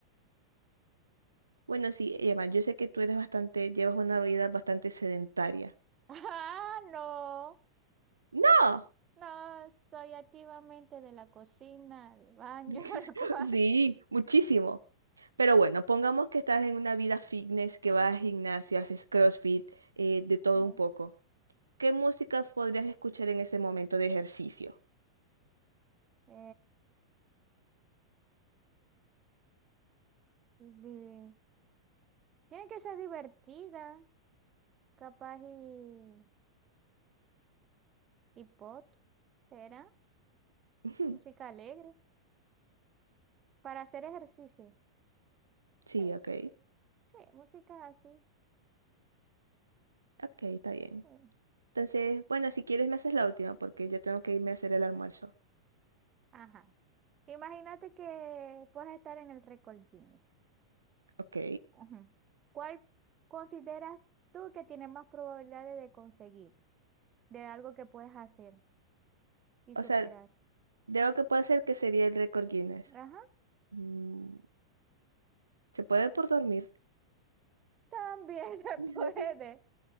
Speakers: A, on the right; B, on the right.
A: Bueno, sí, Emma, yo sé que tú eres bastante, llevas una vida bastante sedentaria.
B: Ah, no.
A: ¡No!
B: No, soy activamente de la cocina, al baño,
A: <laughs>
B: <laughs> al cuarto.
A: Sí, muchísimo. Pero bueno, pongamos que estás en una vida fitness, que vas al gimnasio, haces CrossFit, eh, de todo
B: Ajá.
A: un poco. ¿Qué música podrías escuchar en ese momento de ejercicio?
B: Eh, Di- Tiene que ser divertida, capaz y, y pop, ¿será?
A: Ujú.
B: Música alegre, para hacer ejercicio.
A: Sí,
B: Sí,
A: ok.
B: sí, música así,
A: Ok, está bien.
B: sí.
A: Entonces, bueno, si quieres me haces la última porque yo tengo que irme a hacer el almuerzo.
B: Ajá. Imagínate que puedes estar en el récord Guinness.
A: Ok.
B: Ujú. ¿Cuál consideras tú que tiene más probabilidades de conseguir, de algo que puedes hacer y superar?
A: O sea, de lo que puedo hacer que sería el récord Guinness.
B: Ajá,
A: Mm, ¿Se puede por dormir?
B: también <laughs> se
A: <laughs>
B: puede.